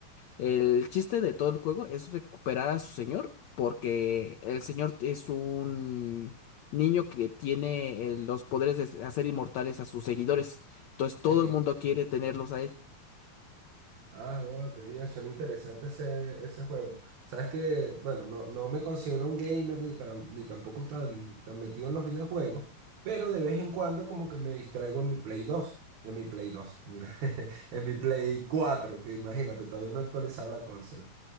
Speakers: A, on the left; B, on the right.
A: El chiste de todo el juego es recuperar a su señor, porque el señor es un niño que tiene eh, los poderes de hacer inmortales a sus seguidores. Entonces todo
B: Entiendo.
A: el mundo quiere tenerlos a él.
B: Ah, bueno, qué bien, suena interesante ese, ese juego. Sabes que, bueno, no, no me considero un gamer ni tan, ni tampoco tan, tan metido en los videojuegos, pero de vez en cuando como que me distraigo en mi Play 2, en mi Play 2, mira, <laughs> en mi Play 4, que imagínate, todavía no he actualizado la consola.